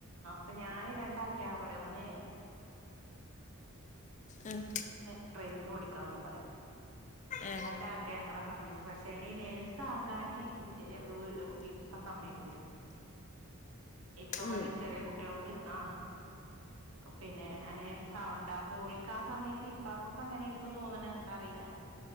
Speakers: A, on the right; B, on the left.
A: അപ്പൊ ഞാന് രണ്ടാഗ്രാ പറയും ഒന്ന്
B: ആഹ്
A: എൻക്ക് ഡൈവി ഓടിക്കണംന്നും പറയും
B: ഏഹ്
A: രണ്ട ആഗ്രഹങ്ങളാ പറഞീന്ന് കനി നേഴ്സ ആകാന് <unintelligible> ഇപ്പൊ സമ്മയക്കൂല ഇപ്പൊ
B: ഉം
A: പറയും ചെറിയ കുട്ടികൾക്ക് ആ പിന്നെ അനേസാവണ്ട പോൽക്ക ആ സമയത്തി പ്പാക്കൊക്കെ അങ്ങനെ ആയിരിക്കും തോന്ന്ണ് എന്താ അറീല്ല